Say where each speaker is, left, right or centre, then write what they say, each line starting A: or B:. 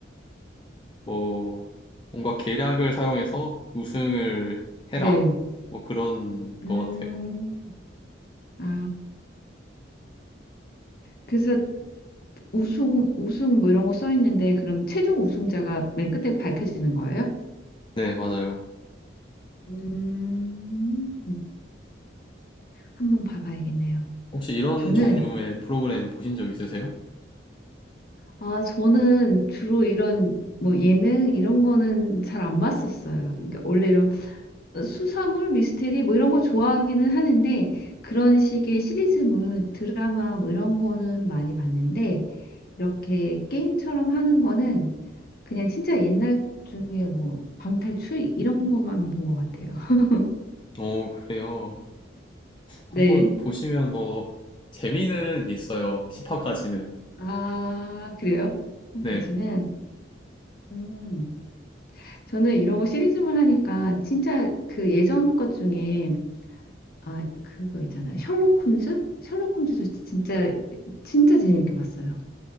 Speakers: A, on the left; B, on the left.
A: 뭐 뭔가 계략을 사용해서 우승을
B: 네.
A: 해라 뭐 그런 것
B: 음,
A: 같아요.
B: 아, 그래서 우승, 우승 뭐 이런 거 써 있는데 그럼 최종 우승자가 맨 끝에 밝혀지는 거예요?
A: 네, 맞아요.
B: 음, 한번 봐봐야겠네요.
A: 혹시 이런
B: 저는,
A: 종류의 프로그램 보신 적 있으세요?
B: 아, 저는 주로 이런 뭐 예능 이런 거는 잘 안 봤었어요. 그러니까 원래 이런 수사물, 미스테리 뭐 이런 거 좋아하기는 하는데 그런 식의 시리즈물, 드라마 뭐 이런 거는 많이 봤는데 이렇게 게임처럼 하는 거는 그냥 진짜 옛날 중에 뭐 방탈출 이런 거만 본 것 같아요. <laughs>
A: 어, 그래요. 한번
B: 네.
A: 네. 보시면 뭐 재미는 있어요. 10화까지는.
B: 아, 그래요? 지금까지는.
A: 네.
B: 음. 저는 이런 거 시리즈물 하니까 진짜 그 예전 것 중에 아, 그거 있잖아요. 셜록 홈즈? 셜록 홈즈 저 진짜 진짜 재밌게 봤어요.